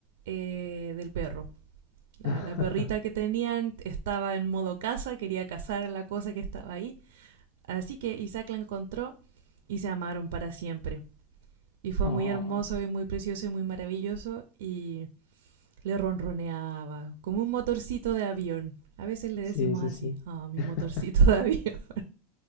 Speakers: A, on the right (about 80°); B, on the left (about 50°).
A: eh, del perro. La,
B: <laughs>
A: la perrita que tenían estaba en modo caza, quería cazar la cosa que estaba ahí, así que Isaac la encontró y se amaron para siempre. Y fue
B: Oh,
A: muy hermoso y muy precioso y muy maravilloso y le ronroneaba como un motorcito de avión. A veces le decimos
B: sí, sí,
A: así,
B: sí.
A: ah, oh, mi
B: <laughs>
A: motorcito de avión. <laughs>